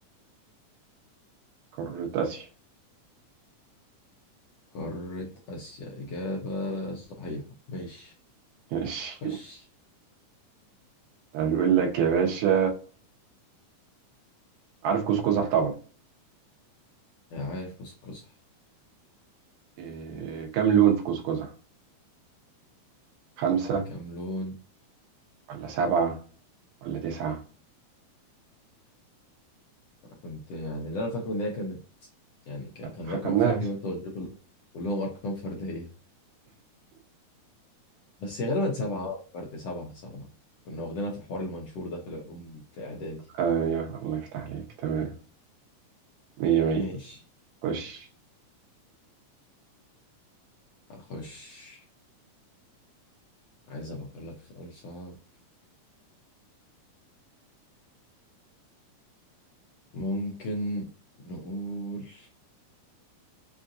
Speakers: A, on the right; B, on the left.
A: قارة اسيا
B: قارة آسيا إجابة صحيحة ماشي
A: ماشي
B: خش
A: بيقول لك يا باشا عارف كوز قزح طبعا
B: آه، عارف قوس قزح
A: إيه كام لون في كوز قزح خمسة
B: كام لون
A: ولا سبعة ولا تسعة
B: أنا كنت يعني اللي أنا فاكره إن هي كانت يعني ك- كان
A: خدناها
B: رقم فردي وأنت
A: <laughs>
B: قلت لي كل- كلهم أرقام فردية بس هي غالبا سبعة آه، فرد سبعة سبعة كنا واخدينها في حوار المنشور ده في العلوم في إعدادي
A: آه يا الله يفتح عليك تمام مية مية
B: ماشي
A: خش
B: أخش عايز أفكر لك في سؤال صعب ممكن نقول